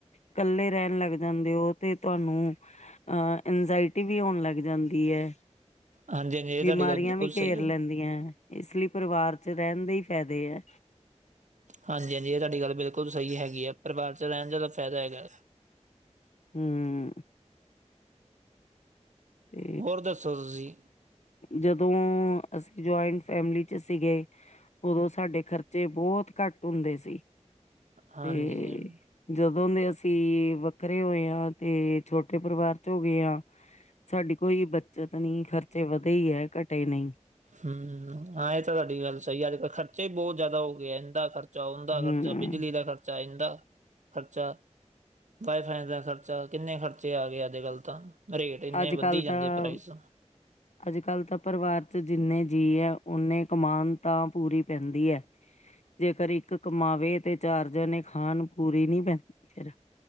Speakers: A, on the left (about 70°); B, on the right (about 85°).
A: ਕੱਲੇ ਰੈਣ ਲੱਗ ਜਾਂਦੇ ਓ ਤੇ ਤੁਹਾਨੂੰ, ਅਹ ਇੰਜਾਇ ਟੀ ਵੀ ਹੋਣ ਲੱਗ ਜਾਂਦੀ ਏ
B: ਹਾਂਜੀ ਹਾਂਜੀ ਇਹ
A: ਬਿਮਾਰੀਆਂ
B: ਤੁਹਾਡੀ ਗੱਲ ਬਿਲਕੁਲ
A: ਵੀ
B: ਸਹੀ
A: ਘੇਰ
B: ਹੈ
A: ਲੈਂ ਦੀਆ ਇਸ ਲਈ ਪਰਿਵਾਰ ਚ ਰੈਣ ਦੇ ਈ ਫੈਦੇ ਐ।
B: ਹਾਂਜੀ-ਹਾਂਜੀ ਏ ਤੁਹਾਡੀ ਗੱਲ ਬਿਲਕੁੱਲ ਸਈ ਹੈਗੀ ਐ ਪਰਿਵਾਰ ਚ ਰੈਣ ਜਾਦਾ ਫੈਦਾ ਹੈਗਾ।
A: ਹੂੰ। ਹੂੰ
B: ਹੋਰ ਦੱਸੋ ਤੁਸੀਂ
A: ਜਦੋਂ ਅਸੀਂ ਜੁਇੰਟ ਫੈਮਲੀ ਚ ਸੀਗੇ ਓਦੋਂ ਸਾਡੇ ਖਰਚੇ ਬੋਤ ਘੱਟ ਹੁੰਦੇ ਸੀ।
B: ਹਾਂਜੀ
A: ਤੇ
B: ਹਮ
A: ਜਦੋਂ ਦੇ ਅਸੀਂ ਵੱਖਰੇ ਹੋਏ ਆ ਤੇ ਛੋਟੇ ਪਰਿਵਾਰ ਚ ਹੋਗੇ ਆ। ਸਾਡੀ ਕੋਈ ਬੱਚਤ ਨੀ ਖਰਚੇ ਵਧੇ ਈ ਐ ਘੱਟੇ ਨੀ।
B: ਹੂੰ-ਹੂੰ ਐ ਤਾਂ ਤੁਹਾਡੀ ਗੱਲ ਸਈ ਆ, ਅੱਜ -ਕੱਲ੍ਹ ਖਰਚੇ ਰੀਬੋਤ ਜਦਾ ਹੋ ਗਏ ਐ ਇੰਦਾ ਖਰ ਚਾ ਉਂਦਾ
A: ਹਮ
B: ਖਰਚਾ, ਬਿਜਲੀ ਦਾ ਖਰਚਾ, ਇੰਦਾ, ਖਰਚਾ ਵਾਈ- ਫਾਈ ਦਾ ਖਰਚਾ, ਕਿੰਨੇ ਖਰਚੇ ਆ ਗਏ ਅੱਜ- ਕੱਲ੍ਹ ਤਾਂ, ਰੇਟ ਇੰਨੇ
A: ਅੱਜ
B: ਵੱਧੀ
A: ਕੱਲ
B: ਜਾਂਦੇ
A: ਤਾਂ
B: ਪ੍ਰਾਈਸ।
A: ਅੱਜ ਕੱਲ੍ਹ ਤਾਂ ਪਰਿਵਾਰ 'ਚ ਜਿੰਨੇ ਜੀਅ ਐ ਓਨੇ ਕਮਾਨ, ਤਾਂ ਪੂਰੀ ਪੈਂਦੀ ਐ। ਜੇਕਰ ਇੱਕ ਕਮਾਵੇ, ਤੇ ਚਾਰ ਜਨੇ ਖਾਣ, ਪੂਰੀ ਨੀ ਪੈਂਦੀ ਫਿਰ।